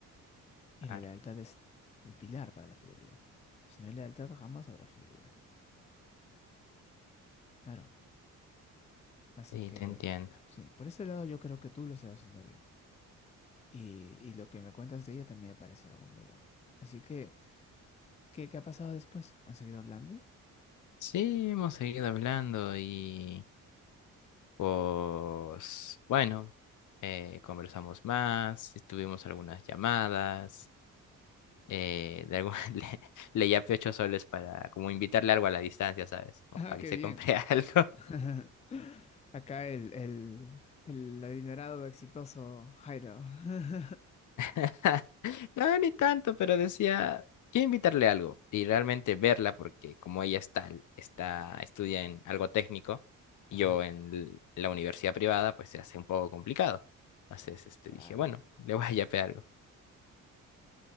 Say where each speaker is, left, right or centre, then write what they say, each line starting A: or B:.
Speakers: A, on the left (about 20°); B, on the left (about 60°).
A: Y
B: claro.
A: la lealtad es el pilar para la fidelidad. Si no hay lealtad, jamás habrá fidelidad. Claro. Así
B: Sí,
A: que,
B: te entiendo.
A: sí, por ese lado yo creo que tú lo estás haciendo bien. Y, y lo que me cuentas de ella también me parece algo muy bueno. Así que, ¿qué, qué ha pasado después? ¿Han seguido hablando? <laughs>
B: Sí, hemos seguido hablando y pues bueno, eh, conversamos más, tuvimos algunas llamadas, eh, de algún- <laughs> le, le yapé ocho soles para como invitarle algo a la distancia, ¿sabes? Como
A: Ah,
B: para
A: qué
B: que se
A: bien.
B: compre <laughs> algo.
A: <laughs> Acá el, el, el adinerado exitoso Jairo. <laughs>
B: <laughs> No, ni tanto, pero decía, quiero invitarle algo y realmente verla porque como ella está, está, estudia en algo técnico y
A: Ah,
B: yo en l- la universidad privada, pues se hace un poco complicado. Entonces, este,
A: Claro.
B: dije, bueno, le voy a yapear algo.